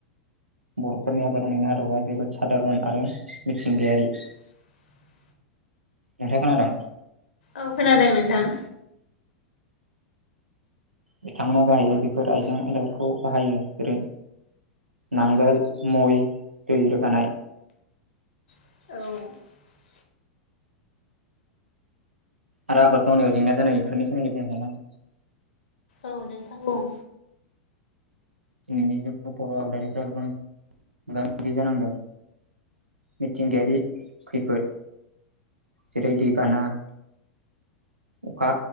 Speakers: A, on the right; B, on the left.
A: बर'फोरनि आबादनि आदबआ जोबोद सादारन आरो मिथिंगायारि,
B: <inaudible>
A: नोंथाङा खोनादों,
B: औ खोनादों नोंथां,
A: बिथांमोना गाहायै बेफोर आइजें आयलाफोरखौ बाहायो जेरै नांगोल मय दै रोगानाय,
B: औ
A: आरो आबाद मावनायाव जेंना जानाय बेफोर सोमोन्दै बुंनो सानदों,
B: औ नोंथां बुं,
A: दिनैनि जुगाव बर' आबादारिफ्रा गोबां मोगा मोगि जानांदों, मिथिंगायारि खैफोद जेरै दैबाना, अखा